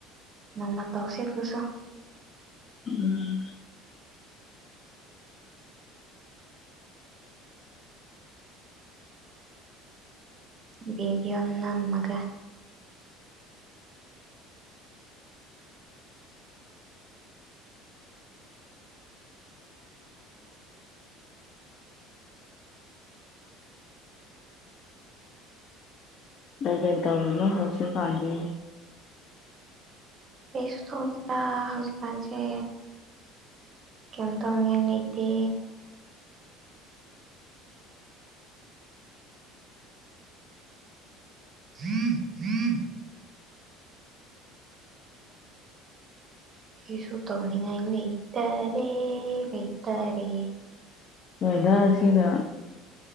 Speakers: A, on the right (about 35°); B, on the left (about 45°).
A: ꯅꯪꯃ ꯇꯧꯁꯦ ꯑꯗꯨꯁꯨꯣ
B: ꯎꯝ
A: ꯕꯤꯗꯤ ꯑꯣꯅꯃꯒ
B: ꯀꯩ ꯀꯩ ꯇꯧꯔꯤꯅꯣ ꯍꯧꯖꯤꯛꯁꯨ ꯄꯥꯥꯟꯃꯤ
A: ꯀꯩꯁ ꯊꯗ ꯍꯧꯖꯤ ꯀꯁꯦ ꯀꯝꯇ ꯑ ꯅꯇ ꯍꯝ ꯍꯝ ꯀꯁꯨ ꯇꯧꯅꯤ ꯉ ꯂꯩꯇꯔꯦ ꯂꯩꯇꯔꯦ
B: ꯑꯣꯏꯗꯥꯔꯁꯤꯒ